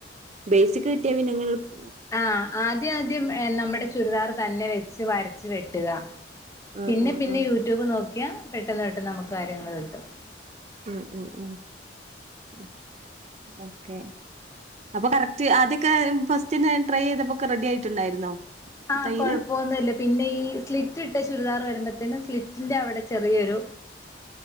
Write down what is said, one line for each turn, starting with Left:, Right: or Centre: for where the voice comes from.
Right: ബേസിക് കിട്ടിയ പിങ്ങ <unintelligible>
Left: ആഹ് ആദ്യം ആദ്യം എ നമ്മുടെ ചുരിദാർ തന്നെ വെച്ച് വരച്ച് വെട്ടുക
Right: ആഹ്
Left: പിന്നെ
Right: ആഹ്
Left: പിന്നെ
Right: ആഹ്
Left: യൂട്യൂബ് നോക്കിയാ പെട്ടെന്ന് പെട്ടെന്ന് നമുക്ക് കാര്യങ്ങള് കിട്ടും
Right: ഉം ഉം ഉം ഉം ഉം ഓക്കെ അപ്പൊ കറക്റ്റ് ആദ്യൊക്കെ ഫസ്റ്റ്ന്നെ ട്രൈ ചെയ്തപ്പോക്കെ റെഡി ആയിട്ടുണ്ടായിരുന്നോ
Left: ആഹ്
Right: തയ്യല്
Left: കൊഴപ്പൊന്നുല്ല പിന്നെ ഈ സ്ലിറ്റിട്ട ചുരിദാർ വരുമ്പത്തേന് സ്ലിറ്റിന്റെ അവിടെ ചെറിയൊരു